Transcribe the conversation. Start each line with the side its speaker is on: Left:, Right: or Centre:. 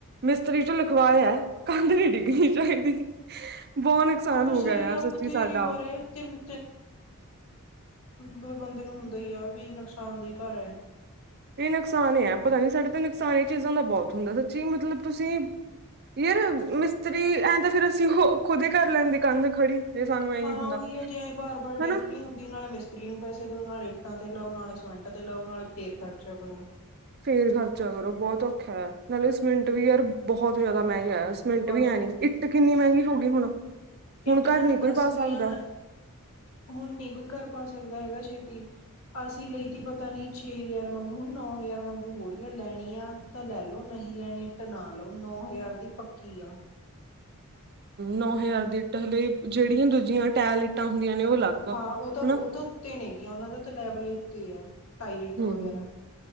Right: ਮਿਸਤਰੀ ਚ ਲਿਖਵਾਇਆ। ਕੰਧ ਨੀ ਡਿੱਗਣੀ ਚਾਹੀਦੀ ਬਹੁਤ ਨੁਕਸਾਨ
Left: ਫਿਰ
Right: ਹੋ
Left: ਸਹੀ
Right: ਗਿਆ ਯਾਰ
Left: ਆ
Right: ਸੱਚੀ
Left: ਬਥੇਰੀ
Right: ਸਾਡਾ।
Left: ਵਾਰ ਯਾਰ ਤਿੰਨ ਫਿਰ ਬੰਦੇ ਨੂੰ ਹੁੰਦਾ ਹੀ ਆ ਵੀ ਨੁਕਸਾਨ ਦੀ ਘਰ ਹੈ।
Right: ਇਹ ਨੁਕਸਾਨ ਐ ਪਤਾ ਨੀ ਸਾਡੇ ਤੇ ਨੁਕਸਾਨ ਇਹ ਚੀਜ਼ਾਂ ਦਾ ਬਹੁਤ ਹੁੰਦਾ ਸੱਚੀ ਮਤਲਬ ਤੁਸੀਂ ਯਾਰ ਮਿਸਤਰੀ ਐਂ ਤਾਂ ਫਿਰ ਅਸੀਂ ਖੁਦੇ ਕਰ ਲੈਂਦੇ ਕੰਧ ਖੜੀ। ਜੇ ਸਾਨੂੰ ਐ
Left: ਹਾਂ
Right: ਹੁੰਦਾ
Left: ਉਹੀ ਹੈਜੇ ਐਂ ਬਾਰ ਬਾਰ ਡੇਗਣੀ
Right: ਹਨਾ
Left: ਹੁੰਦੀ ਉਹੇ ਮਿਸਤਰੀ ਨੂੰ ਪੈਸੇ ਦਓ ਨਾਲੇ ਇੱਟਾਂ ਤੇ ਲਓ ਨਾਲੇ ਸਮਿੰਟਾਂ ਤੇ ਲਓ ਨਾਲੇ ਫੇਰ ਖਰਚਾ ਕਰੋ।
Right: ਫੇਰ ਖਰਚਾ ਕਰੋ ਬਹੁਤ ਔਖਾ ਹੈ ਨਾਲੇ ਸੀਮਿੰਟ ਵੀ ਯਾਰ ਬਹੁਤ ਜ਼ਿਆਦਾ ਮਹਿੰਗਾ। ਦਸ ਮਿੰਟ
Left: ਵਾਧੂ
Right: ਵੀ ਆਨੀ ਇੱਟ ਕਿੰਨੀ ਮਹਿੰਗੀ ਹੋ ਗਈ ਹੁਣ। ਹੁਣ
Left: ਇੱਟ ਮੈਂ
Right: ਘਰ
Left: ਤੁਹਾਨੂੰ
Right: ਨੀ ਕੋਈ
Left: ਦੱਸਦੀ
Right: ਪਾ ਸਕਦਾ
Left: ਹਾਂ ਹੁਣ ਨੀ ਕੋਈ ਘਰ ਪਾ ਸਕਦਾ ਹੈਗਾ ਚੇ ਅਸੀਂ ਲਈ ਤ ਪਤਾ ਨੀ ਛੇ ਹਜ਼ਾਰ ਮੰਗੂ ਹੁਣ ਨੌ ਹਜ਼ਾਰ ਵਾਂਗੂ ਹੋ ਰਹੀ ਹੈ ਲੈਣੀ ਆ ਤਾਂ ਲੈ ਲਓ ਨਹੀਂ ਲੈਣੀ ਟਣਾ ਲਓ ਨੌ ਹਜ਼ਾਰ ਦੀ ਪੱਕੀ ਆ।
Right: ਨੌ ਹਜ਼ਾਰ ਦੀ ਇੱਟਾਂ ਹਲੇ ਜਿਹੜੀਆਂ ਦੂਜੀਆਂ ਟੈਰਲ ਇੱਟਾਂ ਹੁੰਦੀਆਂ ਨੇ ਉਹ ਅਲੱਗ
Left: ਹਾਂ ਉਹ ਤਾਂ ਉਹ
Right: ਹਨਾ
Left: ਤਾਂ ਉੱਤੇ ਨੇ ਗੀਆਂ ਉਹਨਾਂ ਦਾ ਤਾਂ ਲੈਵਲ ਹੀ ਉੱਤੇ ਆ। ਟਾਇਲਟ
Right: ਹਮ
Left: ਵਗੈਰਾ